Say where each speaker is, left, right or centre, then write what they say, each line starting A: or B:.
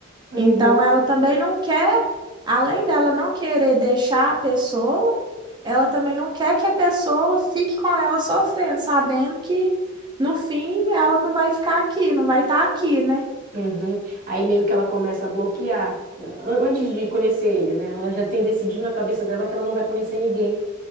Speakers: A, on the right (about 40°); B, on the right (about 20°).
A: uhum.
B: Então, ela também não quer, além dela não querer deixar a pessoa, ela também não quer que a pessoa fique com ela sofrendo, sabendo que no fim ela não vai ficar aqui, não vai estar aqui, né?
A: Uhum. Aí meio que ela começa a bloquear, né? An- antes de conhecer ele, né? Ela já tem decidido na cabeça dela que ela não vai conhecer ninguém,